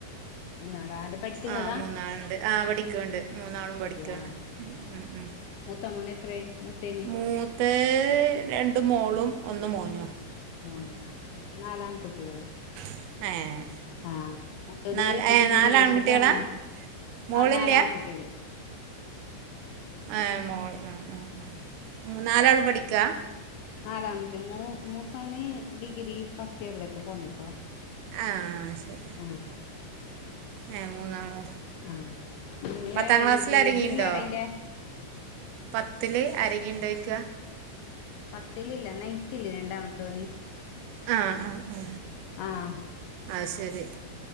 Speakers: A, on the left; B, on the right.
A: മൂന്നാളാ പഠിക്കുന്നതാ
B: ആഹ് മൂന്നാളുണ്ട് ആഹ് പടിക്കോണ്ട് മൂന്നാളും പഠിക്ക്വാണ്
A: അതെയാ
B: ഉം ഉം
A: മൂത്ത മോന് എത്രയായി മൂത്തേന്
B: ഉം തെ രണ്ട് മോളും ഒന്ന് മോനു ആ
A: മോൻ ആഹ് നാലാൺ കുട്ടികൾ
B: ആ ഏ
A: ആഹ് മൂത്തത്
B: നാല്
A: ഇപ്പോ
B: ഏ
A: ഡിഗ്രിയിലേക്ക്
B: നാലാൺകുട്ടികളാ
A: പോന്നേ
B: മോളില്ല
A: ആഹ് നാലാൺകുട്ടികൾ
B: ആഹ് മോള് ആഹ് ആഹ് ആഹ് മൂന്നാലാൾ പഠിക്കാ
A: നാലാണ് മൂ മൂത്തവന് ഡിഗ്രി ഫസ്റ്റ് ഇയറിലേക്ക് പോന്ന ഇപ്പോ
B: ആഹ് ശരി
A: ആഹ്
B: ഏഹ് മൂന്നാള്
A: ആഹ് ഇയാള്
B: പത്താം ക്ലാസ്സിലാരെങ്കിണ്ടോ
A: ഇത് ജില്ലേടാ അയിന്റെ
B: പത്തില് ആരെങ്കി ഉണ്ടോയ്ക്ക
A: പത്തില് ഇല്ല നയൻത്തിൽ രണ്ടാമത്തോന്
B: ആ ആ ആ
A: ആഹ്
B: അത് ശരി